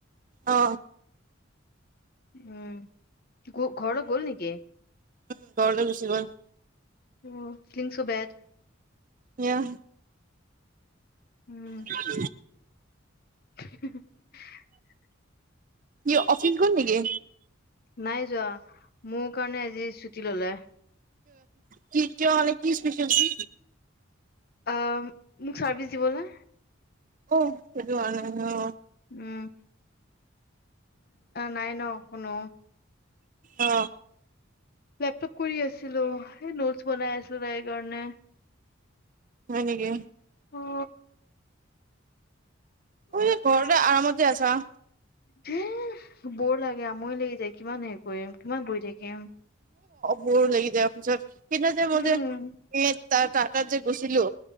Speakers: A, on the right; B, on the left.
A: অ।
B: উম। ঘৰলৈ গ'ল নেকি?
A: উম ঘৰলে গুচি গল।
B: উ ফিলিংছ ছ বেড।
A: এইয়া
B: উম
A: <unintelligible>
B: <inaudible>
A: ই অফিচ গ'ল নেকি?
B: নাই যোৱা। মোৰ কাৰণে আজি ছুটি ললে।
A: কি কিয় মানে কি স্পেচেলটি?
B: আ মোক চাৰ্ভিচ দিবলে।
A: অ, সেইটোকাৰণে অ।
B: উম নাই ন কোনো?
A: অ
B: লেপটপ কৰি আছিলো, এই নোটচ বনাই আছিলো তাইৰ কাৰণে।
A: হয় নেকি?
B: অ।
A: হুই ঘৰতে আৰামত যে আছা।
B: ধে বৰ লাগে, আমনি লাগি যায়। কিমান হেৰি কৰিম? কিমান বহি থাকিম?
A: বৰ লাগি যায় অফিচত। পিছত যে মই
B: উম
A: যে এ তাৰ যে গৈছিলো